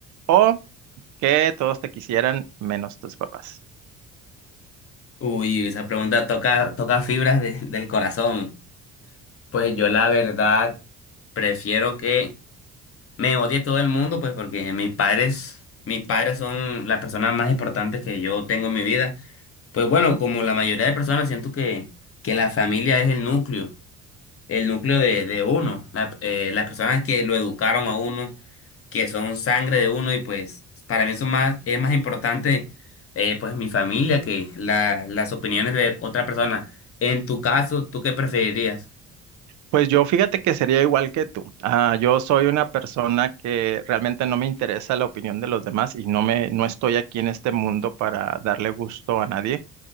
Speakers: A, on the right; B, on the left.
A: o que todos te quisieran, menos tus papás.
B: Uy, esa pregunta toca, toca fibras de- del corazón. Pues yo la verdad, Prefiero que me odie todo el mundo, pues porque mis padres, mis padres son las personas más importantes que yo tengo en mi vida. Pues bueno, como la mayoría de personas, siento que, que la familia es el núcleo, el núcleo de, de uno, la- eh, las personas que lo educaron a uno. que son sangre de uno y pues para mí eso más, es más importante eh, pues mi familia que la- las opiniones de otra persona. En tu caso, ¿tú qué preferirías?
A: Pues yo fíjate que sería igual que tú. Ah, yo soy una persona que realmente no me interesa la opinión de los demás y no me, no estoy aquí en este mundo para darle gusto a nadie.